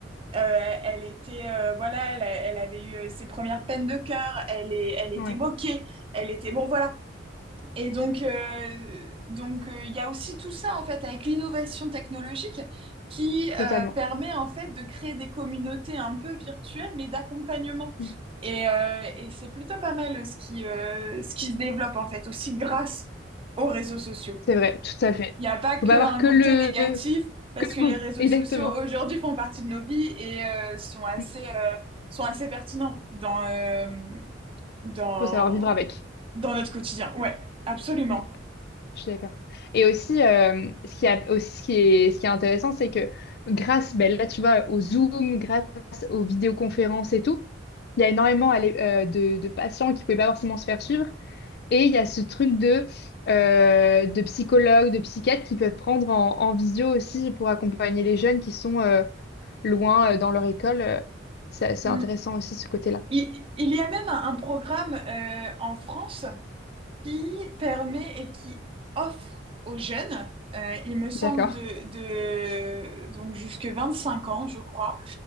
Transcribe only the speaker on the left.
Ouais,
totalement.
Mm.
C'est vrai, tout à fait.
Faut
pas avoir que
le...
Que
le
mauvais.
<laughs> Exactement.
Mm.
Faut savoir vivre avec.
Mm. Je suis d'accord. Et aussi, euh, ce qui a- aussi, ce qui est, ce qui est intéressant, c'est que grâce, ben là, tu vois, au Zoom, grâce aux vidéoconférences et tout, il y a énormément allez, euh, de, de patients qui ne pouvaient pas forcément se faire suivre. Et il y a ce truc de, euh, de psychologues, de psychiatres qui peuvent prendre en, en visio aussi pour accompagner les jeunes qui sont euh, loin euh, dans leur école. Euh, ça- C'est
intéressant aussi ce côté-là.
D'accord.